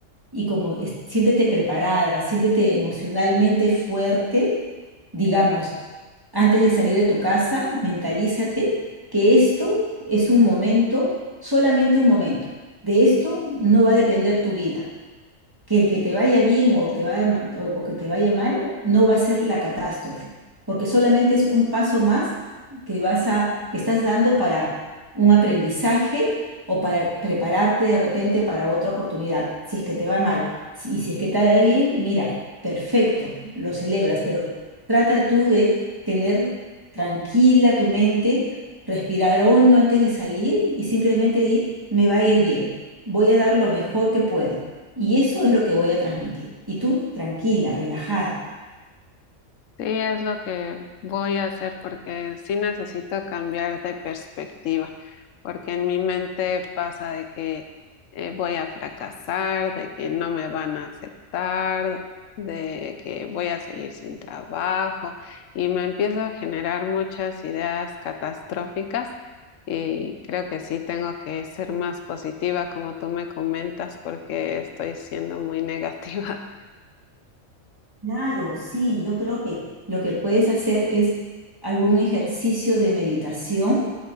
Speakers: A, on the right; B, on the left.
A: Y como es- siéntete preparada, siéntete emocionalmente fuerte digamos, antes de salir de tu casa, mentalízate que esto es un momento, solamente un momento. De esto no va a depender tu vida que el que te vaya bien o, te va- o- o que te vaya mal no va a ser la catástrofe, porque solamente es un paso más que vas a, que estás dando para un aprendizaje o para prepararte de repente para otra oportunidad. Si es que te va mal, si, y si es que te va bien, mira, perfecto, lo celebras, pero trata tú de tener tranquila tu mente, respirar hondo antes de salir y simplemente di, me va a ir bien, voy a dar lo mejor que pueda. Y eso es lo que voy a transmitir. Y tú, tranquila, relajada.
B: Sí, es lo que voy a hacer porque sí necesito cambiar de perspectiva, porque en mi mente pasa de que eh, voy a fracasar, de que no me van a aceptar, de que voy a seguir sin trabajo y me empiezo a generar muchas ideas catastróficas y creo que sí tengo que ser más positiva como tú me comentas porque estoy siendo muy <laughs> negativa.
A: Claro, sí, yo creo que lo que puedes hacer es algún ejercicio de meditación